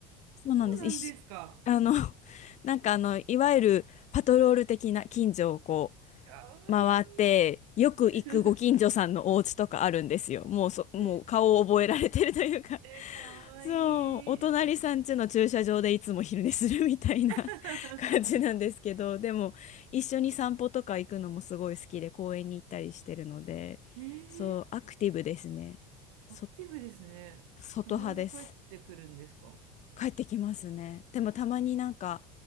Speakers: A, on the left; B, on the right.
A: そうなんです一緒あの
B: そうなんですか。
A: <laughs> なんかあのいわゆるパトロール的な近所をこ
B: かわい
A: 回って、
B: い。
A: よく行くご近所さんのお家とかあるんですよ。
B: <laughs> え
A: もうそ、もう顔を覚えられてるというか
B: ー、えー、かわいい。
A: <laughs> そう、お隣さん家の駐車場でいつも昼寝するみたいな
B: <laughs>
A: <laughs> 感じなんですけど、でも一緒に散歩とか行くのもすごい好きで公園に行ったりしてるので、
B: えー、
A: そう、アクティブですね。そ、
B: アクティブですね。
A: 外派です。
B: 必ず帰ってくるんですか
A: 帰ってきますね。でもたまになんか